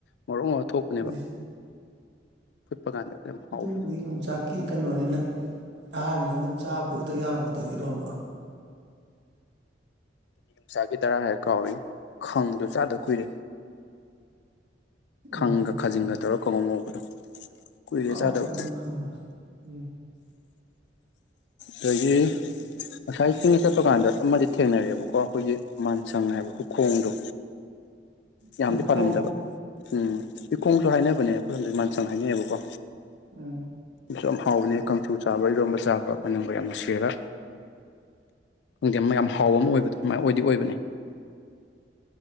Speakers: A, on the left; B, on the right.
A: ꯃꯔꯣꯛ ꯃꯔ ꯊꯣꯛꯄꯅꯦꯕ
B: ꯎꯝ
A: ꯐꯨꯠꯄ ꯀꯥꯟꯗ ꯌꯥꯝ
B: ꯑꯗꯨꯕꯨꯗꯤ
A: ꯍꯥꯎꯕꯅꯦ
B: ꯌꯣꯡꯆꯥꯛꯀꯤ ꯀꯩꯅꯣꯅꯤꯅ ꯅꯍꯥꯔꯤꯅ ꯑꯗꯨꯝ ꯆꯥꯕꯗꯨꯩ ꯇ ꯌꯥꯎꯔꯝꯃꯗꯣꯏꯅꯦ ꯏꯔꯣꯟꯝꯕ
A: ꯅꯨꯡꯁꯥꯒꯤ ꯇꯔꯥ ꯍꯥꯏꯔ ꯀꯥꯎꯏꯤ ꯈꯪꯗ ꯆꯥꯗ ꯀꯨꯏꯔꯦ ꯈꯪꯒ
B: ꯎꯝ
A: ꯈꯥꯖꯤꯡꯒ ꯇꯧꯔ ꯀꯡꯍꯧ ꯉꯧꯕꯗꯣ ꯀꯨꯏꯔꯦ
B: ꯍꯥꯎꯕꯅ
A: ꯆꯥꯗꯕ
B: ꯑꯝꯅ ꯈꯪꯕ ꯎꯝ
A: ꯑꯗꯒꯤ ꯉꯁꯥꯏ ꯆꯤꯡ ꯆꯠꯄ ꯀꯥꯟꯗ ꯑꯃꯗꯤ ꯊꯦꯡꯅꯔꯑꯕꯀꯣ ꯑꯩꯈꯣꯏꯒꯤ ꯃꯟꯁꯪ ꯍꯥꯏꯕ ꯎꯈꯣꯡꯗꯣ ꯌꯥꯝꯗꯤ
B: ꯍꯨꯏꯈꯣꯡ
A: ꯄꯥꯜꯂꯝꯗꯕ ꯎꯝ ꯍꯨꯏꯈꯣꯡꯁꯨ ꯍꯥꯏꯅꯕꯅꯦ ꯑꯩꯈꯣꯏ ꯔꯣꯝꯗꯗꯤ ꯃꯥꯟꯁꯪ ꯍꯥꯏꯅꯩꯌꯦꯕꯀꯣ
B: ꯎꯝ
A: ꯁꯨ ꯌꯥꯝ ꯍꯥꯎꯕꯅꯦ ꯀꯥꯡꯁꯨꯨ ꯆꯥꯕ ꯏꯔꯣꯟꯕ ꯆꯥꯕ ꯃꯅꯨꯡꯗꯒ ꯌꯥꯝ ꯅꯨꯡꯁꯤꯔ ꯈꯪꯗꯦ ꯑꯃ ꯌꯥꯝ ꯍꯥꯎꯕ ꯑꯃ ꯑꯣꯏꯕꯗꯣ ꯑꯗꯨꯃꯥꯏ ꯑꯣꯏꯗꯤ ꯑꯣꯏꯕꯅꯦ